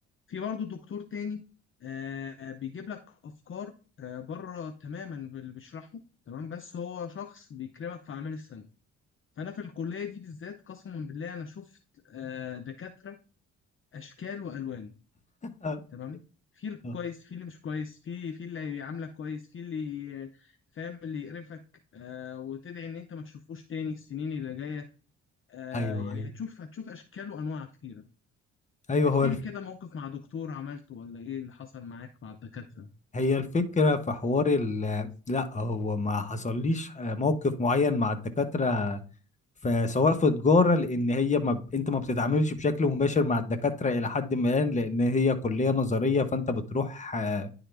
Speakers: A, on the left; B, on the left.
A: في برضه دكتور تاني آه بيجيب لك افكار آه بره تماما باللي بيشرحه تمام بس هو شخص بيكرمك في اعمال السنه فانا في الكليه دي بالذات قسما بالله انا شفت آه دكاتره اشكال والوان
B: آه،
A: تمام في الكويس
B: آه.
A: في اللي مش كويس في في اللي عاملك كويس في اللي فاهم اللي يقرفك آه وتدعي ان انت ما تشوفوش تاني السنين اللي جايه آه
B: ايوه
A: يعني
B: ايوه
A: هتشوف هتشوف اشكال وانواع كتيره
B: ايوه
A: احكي
B: هو الف...
A: لي كده موقف مع دكتور عملته ولا ايه اللي حصل معاك مع الدكاتره
B: هي الفكره في حوار ال... لا هو ما حصليش آه، موقف معين مع الدكاتره فسواء في تجارة لأن هي ما ب... أنت ما بتتعاملش بشكل مباشر مع الدكاترة إلى حد ما لأن هي كلية نظرية فأنت بتروح آه،